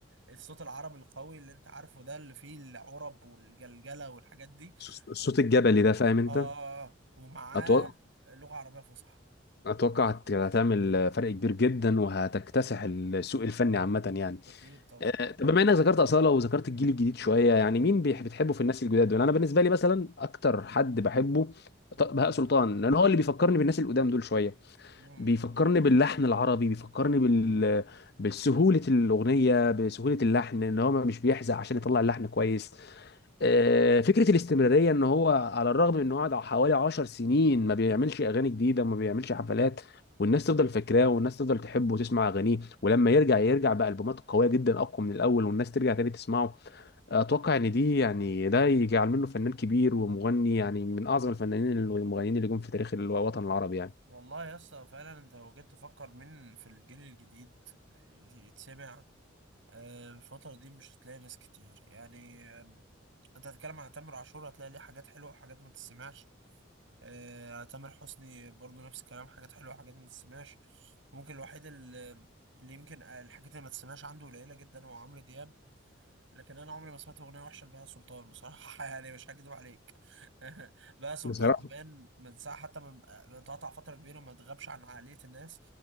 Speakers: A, on the right; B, on the left.
A: الصوت العربي القوي اللي انت عارفه ده اللي فيه العرب والجلجله والحاجات دي
B: الص- الصوت
A: وم...
B: الجبلي ده فاهم انت
A: اه ومعاه
B: اتوقع
A: لغه عربيه فصحى
B: اتوقع هت- هتعمل فرق كبير جدا وهتكتسح السوق الفني عامه يعني
A: اكيد طبعا
B: آه، طب بما انك ذكرت اصاله وذكرت الجيل الجديد شويه يعني مين بيح-
A: مم.
B: بتحبه في الناس الجداد دول انا بالنسبه لي مثلا اكتر حد بحبه
A: مم.
B: ط- بهاء سلطان لان هو اللي بيفكرني بالناس القدام دول شويه
A: مم.
B: بيفكرني
A: مم.
B: باللحن العربي بيفكرني بال بسهولة الأغنية بسهولة اللحن إن هو مش بيحزق عشان يطلع اللحن كويس آه، فكرة الاستمرارية إن هو على الرغم من إنه قعد حوالي عشر سنين ما بيعملش أغاني جديدة ما بيعملش حفلات والناس تفضل فاكراه والناس تفضل تحبه وتسمع أغانيه ولما يرجع يرجع بألبومات قوية جدا أقوى من الأول والناس ترجع تاني تسمعه أتوقع إن دي يعني ده يجعل منه فنان كبير ومغني يعني من أعظم الفنانين المغنيين اللي جم في تاريخ الوطن العربي
A: والله يا اسطى فعلا انت لو جيت تفكر مين في الجيل الجديد يت- يتسمع آه، الفترة دي مش هتلاقي ناس كتير يعني انت هتتكلم عن تامر عاشور هتلاقي ليه حاجات حلوه وحاجات ما تسمعش آه، تامر حسني برضو نفس الكلام حاجات حلوه وحاجات ما تسمعش ممكن الوحيد اللي, اللي يمكن الحاجات اللي ما تسمعش عنده قليله جدا هو عمرو دياب لكن انا عمري ما سمعت اغنيه وحشه لبهاء سلطان بصراحه <laughs> يعني مش هكذب عليك <laughs> بهاء سلطان
B: يعني
A: كمان من ساعه حتى ما ما اتقطع فتره كبيره ما اتغابش عن عقليه الناس